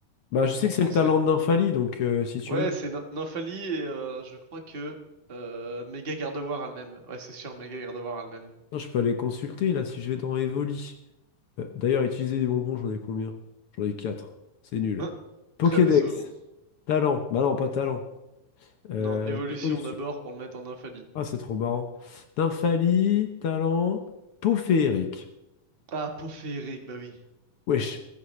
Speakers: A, on the left; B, on the right.
A: Bah, je sais
B: en
A: que
B: français.
A: c'est le talent de Nymphalie, donc euh, si tu
B: Ouais,
A: veux,
B: c'est Nym- Nymphalie et euh, je crois que euh, Méga Gardevoir a le même. Ouais, c'est sûr, Méga Gardevoir a le même.
A: Non, je peux aller consulter là si je vais dans Evoli. Euh, D'ailleurs, utiliser des bonbons, j'en ai combien? J'en ai 4. C'est nul.
B: Hein,
A: Pokédex.
B: très décevant.
A: Talent. Bah non, pas talent. Euh,
B: Non, évolution
A: évolution.
B: d'abord pour le mettre en Nymphalie.
A: Ah, c'est trop marrant. Dynfalie, talent. Peau féerique.
B: Ah, peau féerique, bah oui.
A: Wesh.